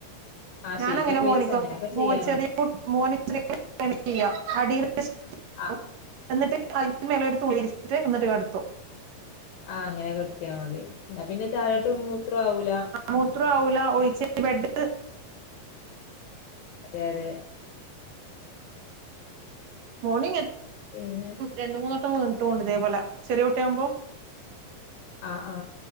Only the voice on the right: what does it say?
ഞാനങ്ങനെ മോനിക്ക്
മോൻ ചെറിയ കു മോനിതൃ <unintelligible>
എന്നിട്ട് അതിന്റെ മേലെ ഒരു തുണി വിരിച്ചിട്ട് എന്നിട്ട് കടത്തട്ടും
മൂത്രം ആവൂല ഒഴിച്ച് ബെഡ്
മോർണിംഗ്
രണ്ട് മൂന്ന് വട്ടം വീണ് ണ്ട് തേപോലെ ചെറിയ കുട്ടി ആകുമ്പോ